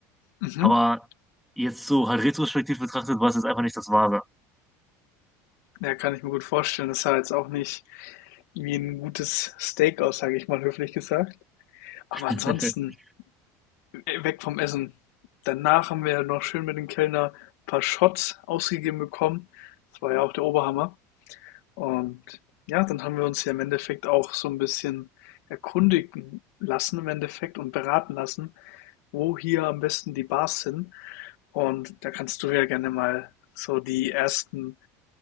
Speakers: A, on the left; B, in the centre.
A: <laughs>
B: Aber jetzt so halt retrospektiv betrachtet, war es jetzt einfach nicht das Wahre.
A: Ja, kann ich mir gut vorstellen. Das sah jetzt auch nicht wie ein gutes Steak aus, sage ich mal höflich gesagt. Aber
B: <laughs>
A: ansonsten, äh, weg vom Essen. Danach haben wir noch schön mit dem Kellner ein paar Shots ausgegeben bekommen. Das war ja auch der Oberhammer. Und ja, dann haben wir uns ja im Endeffekt auch so ein bisschen erkundigen lassen im Endeffekt und beraten lassen, wo hier am besten die Bars sind. Und da kannst du ja gerne mal so die ersten